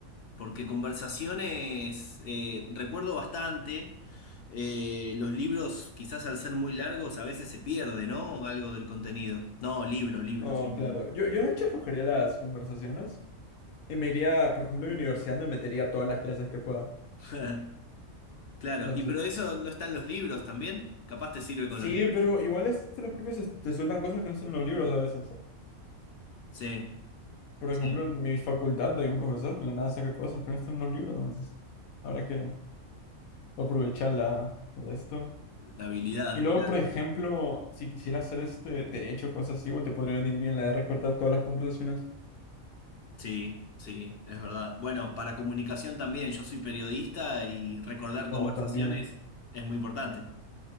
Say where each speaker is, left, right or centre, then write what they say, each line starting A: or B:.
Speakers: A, on the left (about 60°); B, on the left (about 85°).
A: porque conversaciones eh, recuerdo bastante. Eh, los libros, quizás al ser muy largos, a veces se pierde, ¿no? Algo del contenido. No, libro, libro,
B: Oh,
A: sin
B: claro.
A: duda.
B: Yo, yo de hecho escogería las conversaciones y me iría, por ejemplo, a mi universidad me metería a todas las clases que pueda.
A: <laughs> Claro,
B: Entonces,
A: y pero eso no está en los libros también. Capaz te sirve con
B: sí,
A: los libros.
B: pero igual este, los profes te sueltan cosas que no están en los libros a veces.
A: Sí,
B: Por
A: sí,
B: ejemplo, en mi facultad hay un profesor que de la nada saca cosas que no están en los libros, entonces habrá que aprovechar la, de esto.
A: la habilidad.
B: Y luego, por ejemplo, si quisiera hacer este derecho, cosas así, igual te podría venir bien la de recortar todas las conversaciones.
A: Sí, sí, es verdad. Bueno, para comunicación también, yo soy periodista y recordar
B: O
A: conversaciones
B: también.
A: es muy importante.